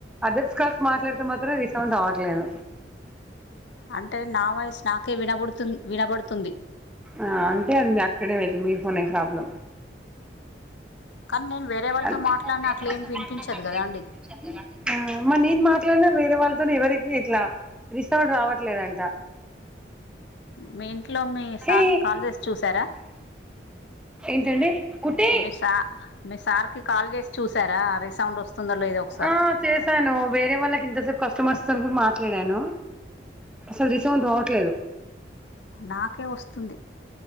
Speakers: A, in the centre; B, on the left.
A: అదర్స్ కాల్స్ మాట్లాడితే మాత్రం రిసౌండ్ రావట్లేదు.
B: అంటే నా వాయిస్ నాకే వినబడుత్ వినబడుతుంది.
A: ఆ అంటే అద్ అక్కడే మీ ఫోనే ప్రాబ్లం
B: కానీ నేను వేరే వాళ్ళతో
A: అ
B: మాట్లాడిన అట్లా ఏం
A: <unintelligible>
B: వినిపించదు కదా అండి
A: ఆ మ నేను మాట్లాడినా వేరే వాళ్ళతోనీ ఎవరికి ఇట్లా రి సౌండ్ రావట్లేదంట
B: మీ ఇంట్లో మీ
A: హే
B: సార్కి కాల్ చేసి చూసారా
A: ఏంటండి కుట్టి
B: మీ సా మీ సార్కి కాల్ చేసి చూసారా రీసౌండ్ వస్తుందో లేదో ఒక్క సారి.
A: ఆ చేశాను వేరే వాళ్ళకి ఇంతసేపు కస్టమర్స్ తోనీ కూడా మాట్లాడాను. అసలు రిసౌండ్ రావట్లేదు
B: నాకే వస్తుంది